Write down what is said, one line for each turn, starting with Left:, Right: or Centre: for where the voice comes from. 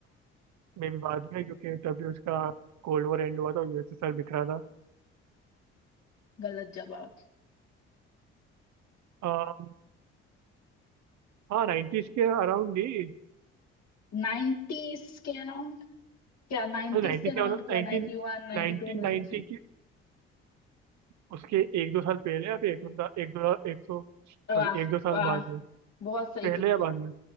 Right: में भी बाद में क्योंकि तभी उसका कोल्ड वॉर एंड हुआ था यूएसएसआर बिखरा था
Left: गलत जवाब
Right: आ, हाँ नाइनटीज के अराउंड ही
Left: 90s के अराउंड क्या 90s
Right: तो 90
Left: के अराउंड
Right: क्या होता
Left: क्या
Right: नाइनटीन
Left: 91 92
Right: नाइनटीन
Left: 93
Right: नाइनटी की उसके एक दो साल पहले या फिर एक दो एक दो एक सौ
Left: वाह
Right: सॉरी एक दो साल
Left: वाह
Right: बाद में
Left: बहुत सही
Right: पहले
Left: तुक्का
Right: या बाद में